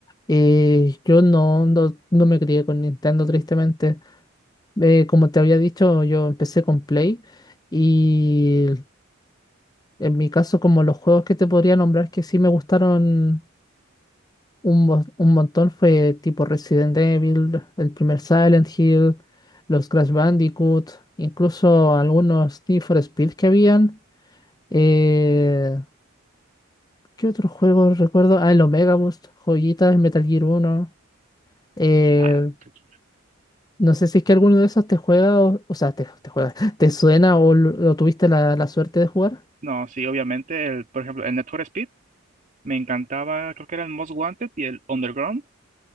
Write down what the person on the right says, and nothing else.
Ah, tranquilo.
No, sí, obviamente, el, por ejemplo, el Need for Speed me encantaba, creo que era el Most Wanted y el Underground.